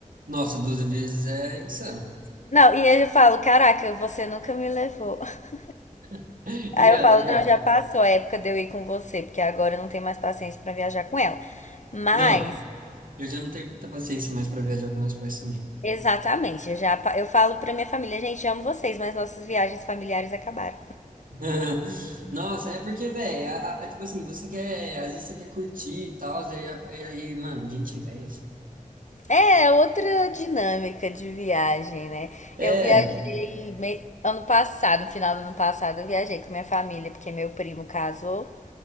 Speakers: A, on the right; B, on the left.
A: Nossa, doze vezes é insano.
B: Não, e aí eu falo, caraca, você nunca me levou. <laughs>
A: <laughs> E
B: Aí
A: ela,
B: eu falo,
A: e
B: não,
A: ela.
B: já passou a época de eu ir com você, porque agora eu não tenho mais paciência pra viajar com ela. Mas
A: Não, eu já não tenho muita paciência mais pra viajar com meus pais também.
B: Exatamente. Eu já pa- eu falo pra minha família, gente, amo vocês, mas nossas viagens familiares acabaram.
A: <laughs> Nossa, é porque, velho, tipo assim, você quer, às vezes você quer curtir e tal, e aí, aí, mano, gente velha. é
B: É, é outra dinâmica de viagem, né?
A: É,
B: Eu viajei me- ano passado, no final do ano passado, eu viajei com minha família, porque meu primo casou